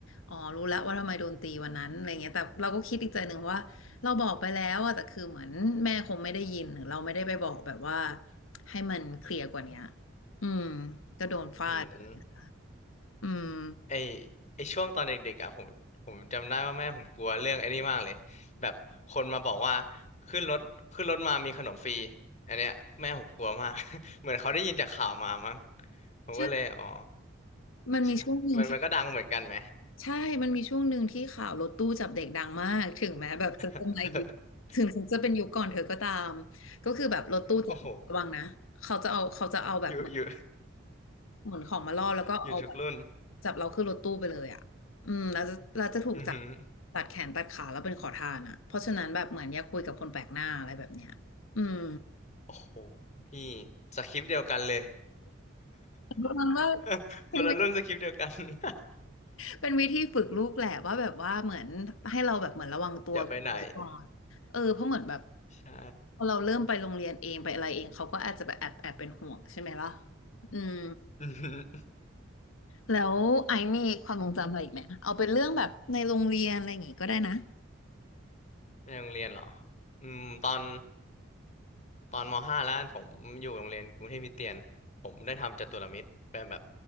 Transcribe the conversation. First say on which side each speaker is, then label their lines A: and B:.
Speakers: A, on the left (about 90°); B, on the left (about 35°).
A: อ๋อรู้แล้วว่าทำไมโดนตีวันนั้นอะไรเงี้ยแต่เราก็คิดอีกใจหนึ่งว่าเราบอกไปแล้วอะแต่คือเหมือนแม่คงไม่ได้ยินหรือเราไม่ได้ไปบอกแบบว่าให้มันเคลียร์กว่าเนี้ยอืมก็โดนฟาดไปเลย
B: อืม
A: อืม
B: ไอไอช่วงตอนเด็กๆอ่ะผมผมจำได้ว่าแม่ผมกลัวเรื่องไอ้นี่มากเลยแบบคนมาบอกว่าขึ้นรถขึ้นรถมามีขนมฟรีอันเนี้ยแม่ผมกลัวมาก <laughs> เหมือนเขาได้ยินจากข่าวมามั้งผมก็เลยอ๋อ
A: ใช่มันมีช่วงหนึ่งที่
B: ใช่มันมันก็ดังเหมือนกันไหม
A: ใช่มันมีช่วงหนึ่งที่ข่าวรถตู้จับเด็กดังมากถึงแม้แบบฉันจะมาอีกยุคถึงฉันจะเป็นยุคก่อนเธอก็ตาม
B: <laughs>
A: ก็คือแบบรถตู้จับระวังนะเขาจะเอาเขาจะเอาแบบเหมือน
B: โอ้โหอยู่อยู่
A: เหมือนของมาล่อแล้วก็เอาแบบ
B: อยู่ทุกรุ่น
A: จับเราขึ้นรถตู้ไปเลยอ่ะอืมแล้วจะเราจะถูกจับ
B: อือหือ
A: ตัดแขนตัดขาแล้วเป็นขอทานอ่ะเพราะฉะนั้นแบบเหมือนอย่าคุยกับคนแปลกหน้าอะไรแบบเนี้ยอืม
B: โอ้โหพี่สคริปต์เดียวกันเลย
A: ประมาณว่า
B: <laughs>
A: เป็น
B: คนละรุ่นสคริปต์เดียวกัน <laughs>
A: เป็นวิธีฝึกลูกแหละว่าแบบว่าเหมือนให้เราแบบเหมือนระวังตัวกลัวก่อนเออเพราะเหมือนแบบ
B: อย่าไปไหนใช่
A: พอเราเริ่มไปโรงเรียนเองไปอะไรเองเขาก็อาจจะแบบแอบแอบเป็นห่วงใช่ไหมล่ะอืม
B: <laughs>
A: แล้วไอซ์มีความทรงจำอะไรอีกไหมเอาเป็นเรื่องแบบในโรงเรียนอะไรอย่างงี้ก็ได้นะ
B: ในโรงเรียนเหรออืมตอนตอนมห้าแล้วกันผมอยู่โรงเรียนกรุงเทพคริสเตียน ผมได้ทำจัตุรมิตรเป็นแบบ